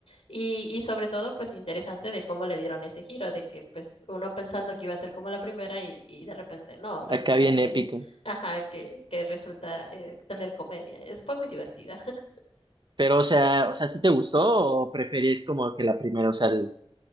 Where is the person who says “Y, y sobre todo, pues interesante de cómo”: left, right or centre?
Left